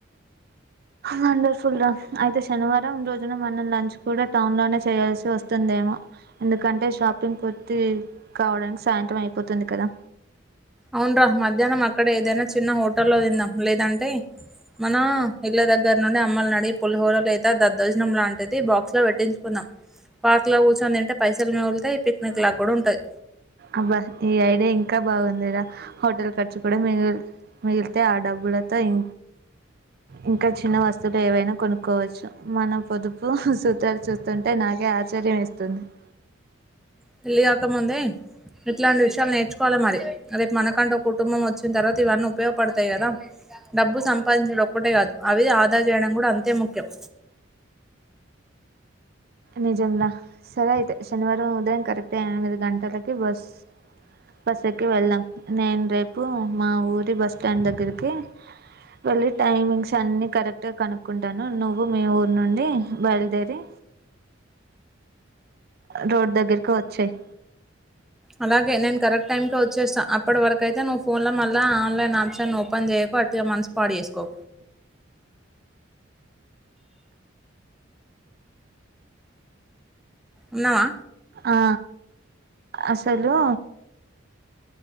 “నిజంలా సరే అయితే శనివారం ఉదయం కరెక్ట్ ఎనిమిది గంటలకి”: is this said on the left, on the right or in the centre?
Right